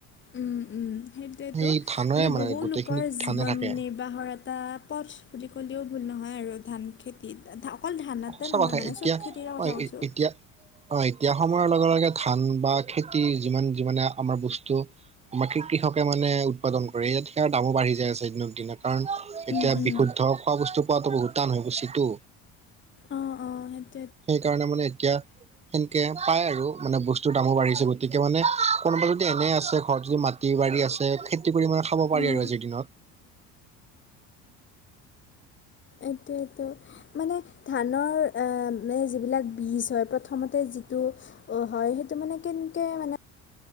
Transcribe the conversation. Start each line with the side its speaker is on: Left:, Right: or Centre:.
Left: উম উম সেইটোৱে
Right: সেই
Left: টো
Right: ধানৰে
Left: মানে বহু
Right: গোটেইখিনি
Left: লোকৰ জীৱন
Right: ধানে থাকে
Left: নিৰ্বা নিৰ্বাহৰ এটা পথ বুলি ক'লেও ভুল নহয় আৰু ধান খেত তিত অকল ধানতে
Right: সঁচা
Left: নহয়
Right: কথা
Left: মানে
Right: এতিয়া
Left: চব খেতিৰে কথা
Right: অ
Left: কৈছোঁ।
Right: এতিয়া অ' এতিয়া সময়ৰ লগে, লগে ধান বা খেতি যিমান, যিমানে আমাৰ বস্তু বাকী কৃষকে মানে উৎপাদন কৰে, ইয়াত সেয়া দামো বাঢ়ি যায় আছে দিনক দিনা, কাৰণ
Left: উম
Right: এতিয়া
Left: উম
Right: বিশুদ্ধ খোৱা বস্তু পোৱাতো বহুত টান হৈ গৈছোঁ টো।
Left: অ', অ' সেই
Right: সেইকাৰণে মানে এতিয়া সেনেকে পায় আৰু মানে বস্তুৰ দামো বাঢ়িছে গতিকে মানে কোনোবা যদি এনে আছে ঘৰত যদি মাতি <unintelligible> আছে খেতি কৰি মানে খাব পাৰি
Left: অঁ
Right: আৰু আজিৰ দিনত।
Left: এইটো, এইটো। মানে ধানৰ আ' মানে যিবিলাক বীজ হয়, প্ৰথমতে যিটো অ' হয়, সেইটো মানে কেনেকে মানে